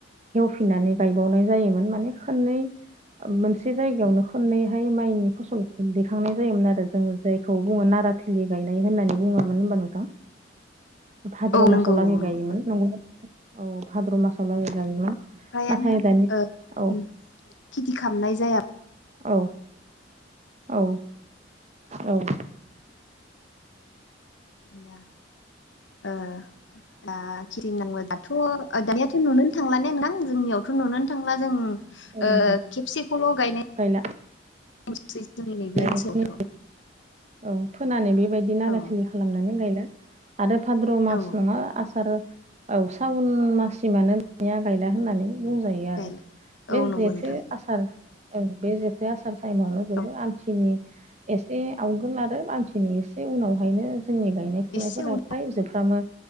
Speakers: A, on the right (about 35°); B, on the left (about 70°).
A: हवफिननानै गायबावनाय जायो मोन माने खोननै मोनसे जायगानो खोननै माइनि फसंनाय जों जायखौ बुंङो नाराथिलि गायनाय होननानै बुंङोमोन होनबा नोंथां। भाद्र'
B: औ नंगौ
A: मासाव लागै
B: नंगौ
A: गायोमोन
B: नोंथां
A: नंगौ औ भाद्र' मास <unintelligible>
B: नंगौ फ्रायानो
A: नाथाय दानि
B: ओ गुबुन
A: औ
B: खेथि खालामनाय जाया
A: औ औ औ
B: दा ओ दा <unintelligible> दाथ' ओ दानियाथ' नुनोनो थांला ने नोंथां जोंनियावथ' नुनोनो थांला जों ओ
A: औ
B: खेबसेखौल' गायनाय
A: गायला
B: <unintelligible> जोंनि नैबे
A: बेनिखायनो
B: ओनसोलावथ'
A: औ फोनानै बेबायदि नारा
B: औ
A: थिलि खालामनानै गायला आरो भाद्र' मास
B: औ
A: नङा आसार औ साउन माससिमानो दानिया गायला होननानै बुंजायो आरो
B: गायला
A: बे
B: औ
A: जेथो
B: नंगौ नोंथां
A: आसार ओं बे जेथो आसार थाइमावनो जोबो
B: औ
A: आमथिनि एसे आवगोल आरो आमथि नि एसे उनावहायनो जोंनि गायनाय फुनायफोरा
B: एसे उन
A: फ्राय जोबफ्रामो